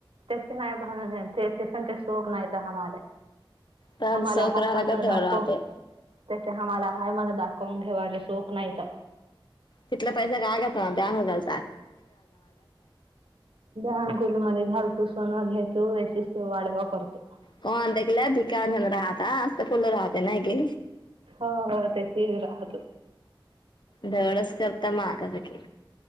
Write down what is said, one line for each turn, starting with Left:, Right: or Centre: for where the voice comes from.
Right: तसे नाय ते तेसख शोक नाहीय का हमला
Left: तर
Right: हम्हाला
Left: सोक
Right: हाय
Left: राहिला
Right: मन
Left: का धड
Right: दाखवून
Left: राहते
Right: त्यासे हम्हाला हाय मन दाखवून घेवा सोख नाहीयता
Left: तिथला पैसा काय का त ब्यागा
Right: ांकुली मध्ये घालतोस सोन घेतो यच वाढभव करतो
Left: कण देखील भिकाझन रा हात लं राहते ना का
Right: हो हो तशीच राहतो.
Left: धोळच करता मा कास क